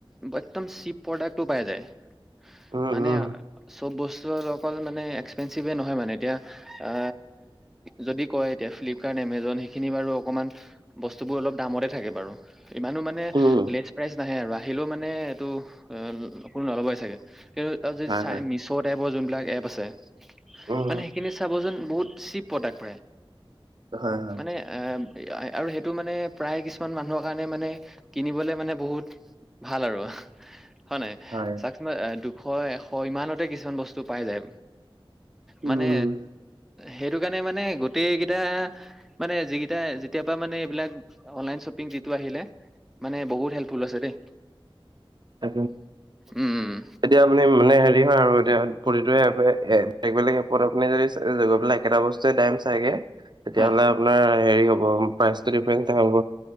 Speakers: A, in the centre; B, on the right (about 50°).
A: একদম চিপ প্ৰডাক্টো পাই যায়।
B: উম
A: মানে
B: উম।
A: চব বস্তু অকল মানে এক্সপেঞ্চিভে নহয় মানে এতিয়া এ যদি কয় এতিয়া ফ্লিপকাৰ্ট এমেজন সেইখিনি বাৰু অকণমান বস্তুবোৰ অলপ দামতে থাকে বাৰু। ইমানো মানে
B: উম
A: লেচ প্ৰাইজ নাহে আৰু আহিলেও মানে এইটো অ কোনো নল'বই চাগে। কিন্তু আৰু যদি
B: হয়
A: চাই
B: হয়
A: মিছ' টাইপৰ যোনবিলাক এপ আছে
B: উম
A: মানে সেইখিনিত চাবচোন বহুত চিপ প্ৰডাক্ট প্ৰায়
B: হয় হয়
A: মানে এ আৰু সেইটো মানে প্ৰায় কিছুমান মানুহৰ কাৰণে মানে কিনিবলে মানে বহুত ভাল আৰু হয় নাই
B: হয়
A: চাওকচোন দুশ এশ হয় ইমানতে কিছুমান বস্তু পাই যায়।
B: উম
A: মানে সেইটো কাৰণে মানে গোটেই কেইটা মানে যি কেইটা যেতিয়া <unintelligible> মানে, এইবিলাক অনলাইন শ্বপিং যিটো আহিলে, মানে বহুত হেল্পফুল হৈছে দেই।
B: তা
A: উম উম
B: কেতিয়া আপনি মানে হেৰি? কি হয় আৰু এতিয়া প্ৰতিটো এপে বেলেগ বেলেগ এপত আপুনি যদি পাই একেটা বস্তুৱয়ে দম চাইগে তেতিয়াহলে
A: হয়
B: আপোনাৰ হেৰি হ'ব প্ৰাইচটো ডিফাৰেন্ হব